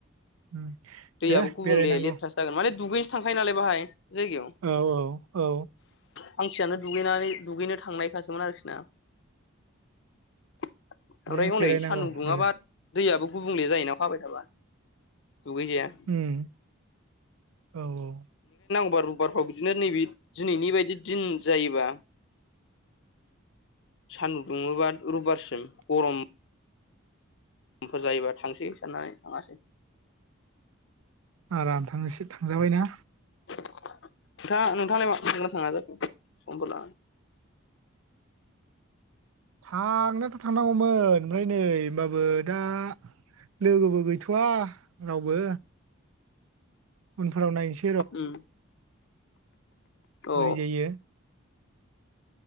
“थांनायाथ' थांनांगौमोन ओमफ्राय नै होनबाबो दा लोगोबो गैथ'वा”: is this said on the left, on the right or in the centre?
Right